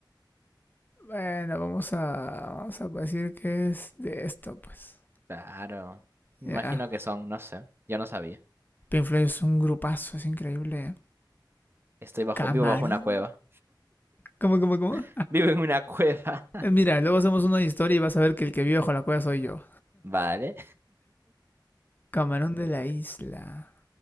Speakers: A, on the left (about 25°); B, on the right (about 30°).
A: Bueno, vamos a, vamos a decir que es de esto, pues.
B: Claro. Imagino
A: Ya.
B: que son, no sé. Yo no sabía.
A: Pink Floyd es un grupazo, es increíble.
B: Estoy bajo,
A: ¿Camarón?
B: vivo bajo una cueva.
A: ¿Cómo, cómo, cómo?
B: <laughs> Vivo en una cueva.
A: Eh, mira, luego hacemos una historia y vas a ver que el que vive bajo la cueva soy yo.
B: <laughs> Vale.
A: Camarón de la isla.